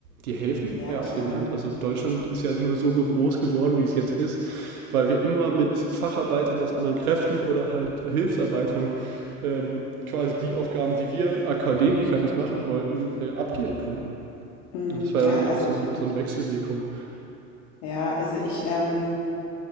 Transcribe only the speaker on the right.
die helfen
ja
auch dem Land. Also Deutschland ist ja nur so groß geworden, wie es jetzt ist, weil wir immer mit Facharbeitern aus anderen Kräften oder halt Hilfsarbeitern ähm, quasi die Aufgaben, die wir Akademiker nicht machen wollten, äh, abgeben konnten.
Und das war
ja dann
auch so eine, so eine Wechselwirkung.